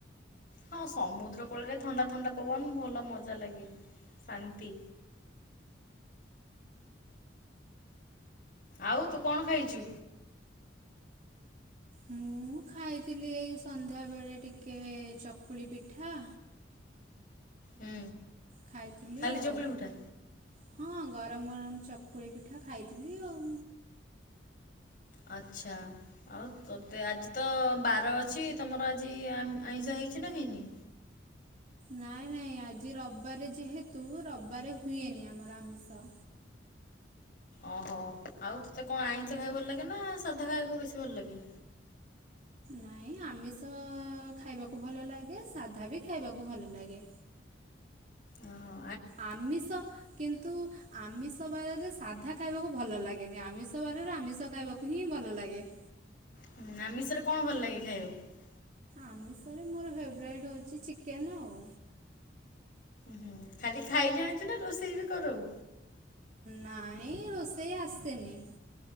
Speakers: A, on the left (about 50°); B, on the right (about 40°).
A: ହଁ ସମୁଦ୍ର କୂଳରେ ଥଣ୍ଡା ଥଣ୍ଡା ପବନ ଭଲ ମଜା ଲାଗେ ଶାନ୍ତି। ଆଉ ତୁ କଣ ଖାଇଛୁ?
B: ମୁଁ ଖାଇଥିଲି ଏଇ ସନ୍ଧ୍ୟା ବେଳେ ଟିକେ ଚକୁଳି ପିଠା
A: ହୁଁ।
B: ଖାଇଥିଲି
A: ଖାଲି
B: ଆଉ।
A: ଚକୁଳି ପିଠା
B: ହଁ ଗରମ ଗରମ ଚକୁଳି ପିଠା ଖାଇଥିଲି ଆଉ।
A: ଆଚଛା ଆଉ ତତେ ଆଜି ତ ବାର ଅଛି ତମର ଆଜି ଆମ ଆଇଁଷ ହେଇଛି ନା ହେଇନି?
B: ନାଇଁ ନାଇଁ ଆଜି ରବିବାରେ ଯେହେତୁ ରବିବାରେ ହୁଏନି ଆମର ଆମିଷ।
A: ଓହୋ ଆଉ ତତେ କଣ ଆଇଁଷ ଖାଇବା ଭଲ ଲାଗେ ନା ସାଧା ଖାଇବାକୁ ବେଶୀ ଭଲ ଲାଗେ?
B: ନାଇଁ ଆମିଷ ଖାଇବାକୁ ଭଲ ଲାଗେ ସାଧା ବି ଖାଇବାକୁ ଭଲ ଲାଗେ।
A: ଓ ହୋ।
B: ଆମିଷ କିନ୍ତୁ ଆମିଷ ବ ସାଧା ଖାଇବାକୁ ଭଲ ଲାଗେନି ଆମିଷ ବାରରେ ଆମିଷ ଖାଇବାକୁ ହିଁ ଭଲ ଲାଗେ।
A: ହୁଁ ଆମିଷରେ କଣ ଭଲ ଲାଗେ ଖାଇବାକୁ?
B: ଆମିଷରେ ମୋର ଫେବରାଇଟ୍ ହଉଛି ଚିକେନ ଆଉ।
A: ହୁଁ ଖାଲି ଖାଇ ଜାଣିଛୁ ନା ରୋଷେଇ ବି କରୋଉ।
B: ନାଇଁ ରୋଷେଇ ଆସେନି।